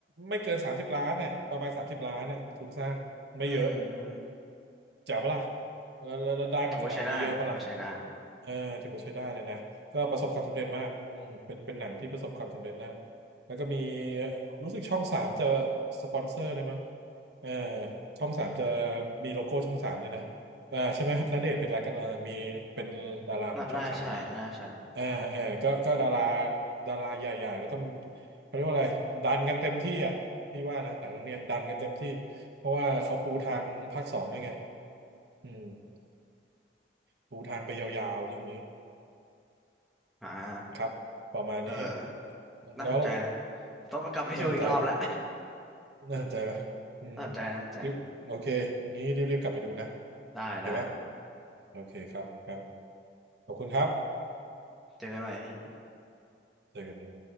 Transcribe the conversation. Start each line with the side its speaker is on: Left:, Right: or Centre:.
Right: ไม่เกินสามสิบล้านเนี่ยประมาณสามสิบล้านน่ะทุนสร้างไม่เยอะ
Centre: อืม
Right: แจ๋วปะล่ะแล้วแล้วแล้วได้มาขนาดนี้เยอะปะล่ะ
Centre: ถือว่าใช้ได้ถือว่าใช้ได้
Right: เออถือว่าใช้ได้เลยนะก็ประสบความสำเร็จมากอืมเป็นเป็นหนังที่ประสบความสำเร็จมากแล้วก็มีรู้สึกช่องสามจะสปอนเซอร์เลยมั้งเออช่องสามจะมีโลโก้ช่องสามเนี่ยนะอ่าใช่ไหมณเดชน์เป็นอะไรกันอ่อมีเป็นดาราของช่องสามนี่
Centre: น่าน่าใช่ น่าใช่
Right: เออเออก็ก็ดาราดาราใหญ่ๆแล้วก็เขาเรียกว่าอะไรดันกันเต็มที่อ่ะพี่ว่านะหนังเรื่องเนี้ยดันกันเต็มที่เพราะว่าเขาปูทางภาคสองด้วยไง อืมปูทางไปยาวๆเรื่องนี้
Centre: อ่า
Right: ครับประมาณนี้
Centre: เออ น่าสนใจนะ
Right: แล้ว
Centre: ผมต้องไปกลับไปดูอีกรอบละ
Right: น่าสนใจปะน่าสนใจปะอืม
Centre: <laughs> น่าสนใจน่าสนใจ
Right: รีบโอเคงี้รีบๆกลับไปดูนะ
Centre: ได้
Right: โอเคปะ
Centre: ได้
Right: โอเคครับครับขอบคุณครับ
Centre: เจอกันใหม่พี่
Right: เจอกันนะ